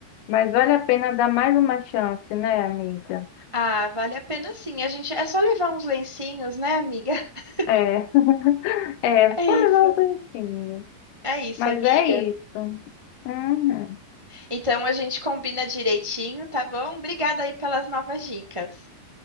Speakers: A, on the left (about 75°); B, on the right (about 40°).
A: Mas vale a pena dar mais uma chance, né, amiga?
B: Ah, vale a pena sim. A gente é só levar uns lencinhos, né, amiga? <laughs>
A: É, <laughs> é,
B: É
A: só levar
B: isso.
A: os bonitinhos.
B: É isso,
A: Mas
B: amiga.
A: é isso. Uhum.
B: Então a gente combina direitinho, tá bom? Obrigada aí pelas novas dicas.